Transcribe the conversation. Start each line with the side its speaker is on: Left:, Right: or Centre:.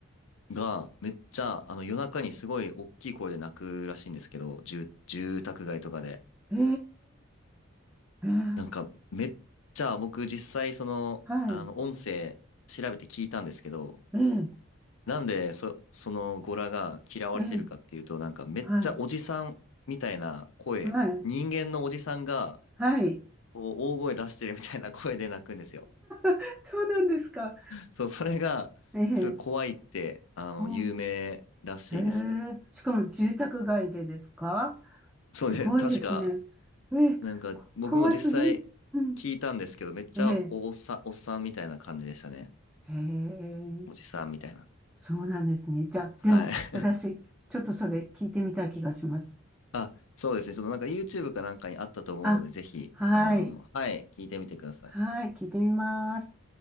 Left: が、めっちゃ、あの、夜中にすごい大きい声で泣くらしいんですけど、住、住宅街とかで。
Centre: ええ、ええ
Left: なんか、めっちゃ、僕実際その、
Centre: はい、
Left: あの、音声調べて聞いたんですけど、
Centre: ええ、
Left: なんで、そ、そのゴラが嫌われてるかっていうと、
Centre: ええ、
Left: なんか、めっちゃおじさんみたいな声、
Centre: はい、はい、
Left: 人間のおじさんが、
Centre: はい。
Left: こう、大声出してるみたいな声で泣くんですよ。
Centre: <laughs> そうなんですか。
Left: そう、それが、
Centre: ええ、
Left: すごい怖いって、あの、
Centre: こん、
Left: 有名らしいですね。
Centre: ええ、しかも住宅街でですか
Left: そうで、
Centre: すごいですね。
Left: <laughs> 確か、
Centre: ええ、
Left: なんか僕も実際聞いたんですけど、
Centre: こ怖すぎ。うん、
Left: めっちゃおっさん、
Centre: ええ、
Left: おっさんみたいな感じでしたね。
Centre: ええ。
Left: おじさんみたいな。
Centre: そうなんですね。じゃあ、でも、
Left: はい。<laughs>
Centre: 私、ちょっとそれ聞いてみたい気がします。
Left: あ、そうですね。ちょっとなんか YouTube かなんかにあったと思うので、
Centre: あ、
Left: ぜひ、
Centre: はい。
Left: あの、はい、聞いてみてください。
Centre: はい、聞いてみます。